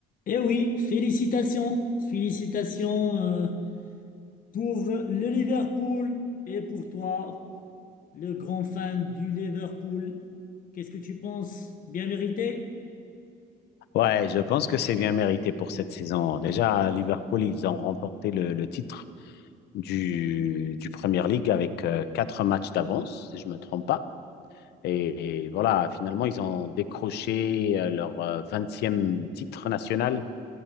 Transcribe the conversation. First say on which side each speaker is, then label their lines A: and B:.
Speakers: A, on the left; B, on the left.
A: Eh oui, félicitations, félicitations euh, pour le Liverpool et pour toi, le grand fan du Liverpool. Qu'est-ce que tu penses? Bien mérité?
B: Ouais, je pense que c'est bien mérité pour cette saison. Déjà, Liverpool, ils ont remporté le, le titre du, du Premier League avec euh, quatre matchs d'avance, si je me trompe pas. Et, et voilà, finalement, ils ont décroché euh, leur euh, 20 titre national